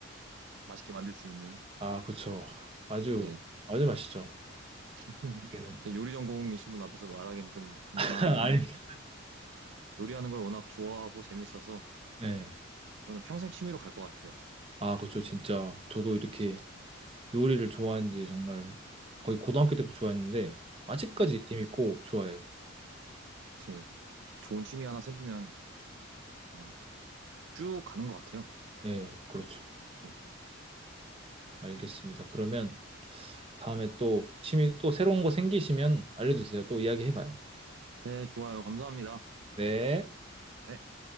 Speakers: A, on the right; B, on the right.
A: 맛있게 만들 수 있는.
B: 아, 그쵸. 아주,
A: 네.
B: 아주 맛있죠.
A: <laughs>
B: 얘는.
A: 제 요리 전공이신 분 앞에서 말하기는 좀 민망하긴
B: <laughs> 아니.
A: 한데 요리하는 걸 워낙 좋아하고 재밌어서
B: 네.
A: 이거는 평생 취미로 갈 것 같아요.
B: 아, 그쵸. 진짜. 저도 이렇게
A: 그냥,
B: 요리를 좋아한 지 정말 거의 고등학교 때부터 좋아했는데, 아직까지
A: 네.
B: 재밌고 좋아해요.
A: 혹시 좋은 취미 하나 생기면 그냥 쭉 가는 것 같아요.
B: 네, 그렇죠.
A: 좀.
B: 알겠습니다. 그러면 다음에 또 취미 또 새로운 거 생기시면 알려주세요. 또 이야기해봐요.
A: 네, 좋아요. 감사합니다.
B: 네.
A: 네.